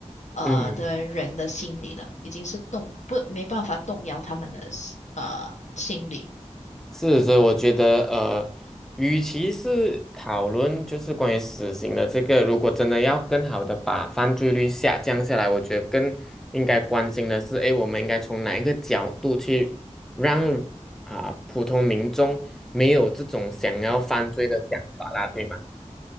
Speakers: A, on the left; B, in the centre.
A: 呃的人的心理了，
B: 嗯。
A: 已经是动不没办法动摇他们的呃心理。
B: 是，所以我觉得，呃，与其是讨论就是关于死刑的这个，如果真的要更好的把犯罪率下降下来，我觉得更应该关心的是，诶，我们应该从哪一个角度去让啊、普通民众没有这种想要犯罪的想法啦，对吗？